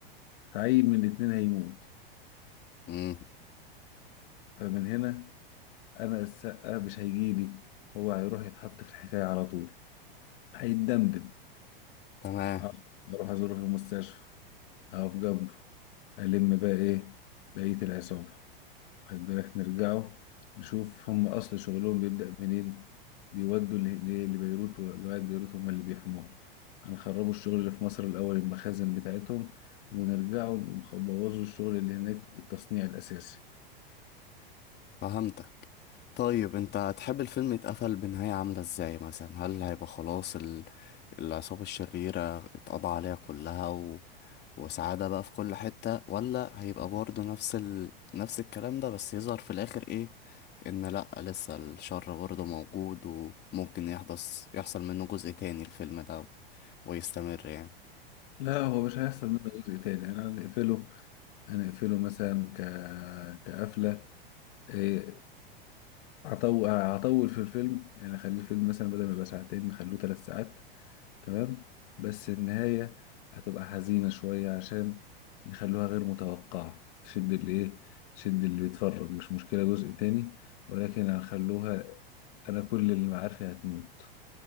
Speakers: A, on the left (about 60°); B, on the left (about 35°).
A: فعيل من الاتنين هيموت
B: امم
A: فمن هنا أنا السقا مش هيجيلي هو هيروح يتحط في الحكاية على طول هيتدمدم
B: تمام
A: آه، اروح ازوره في المستشفى اقف جنبه الم بقى ايه بقية العصابة واخد بالك نرجعوا نشوف هم اصل شغلهم بيبدأ منين بيودوا ل- ل- لبيروت وجماعة بيروت هم اللي بيحموهم هنخربوا الشغل اللي في مصر الاول المخازن بتاعتهم ونرجعوا نبوظوا الشغل اللي هناك التصنيع الاساسي
B: فهمتك طيب انت هتحب الفيلم يتقفل بنهاية عاملة ازاي مثلا هل هيبقى خلاص ال... العصابة الشريرة اتقضى عليها كلها و... وسعادة بقى في كل حتة ولا هيبقى برضه نفس ال... نفس الكلام ده بس يظهر في الآخر ايه ان لأ لسه الشر برضه موجود وممكن يحدث يحصل منه جزء تاني الفيلم ده و... ويستمر يعني
A: لا هو مش هيحصل منه جزء تاني انا هنقفله هنقفله مثلا ك... كقفلة إيه، هطول هطول في الفيلم يعني اخلي الفيلم مثلا بدل ما يبقى ساعتين نخلوه ثلاث ساعات تمام بس النهاية هتبقى حزينة شوية عشان نخلوها غير متوقعة تشد اللي ايه تشد اللي بيتفرج مش مشكلة جزء تاني ولكن هنخلوها انا كل اللي معارفي هتموت